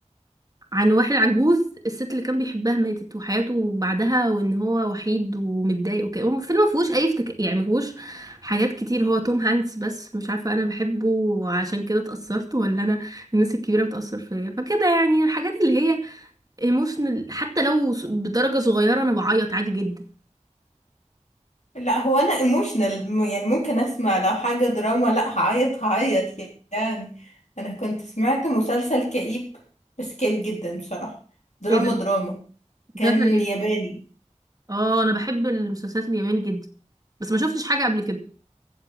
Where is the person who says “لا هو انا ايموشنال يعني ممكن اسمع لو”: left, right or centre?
Left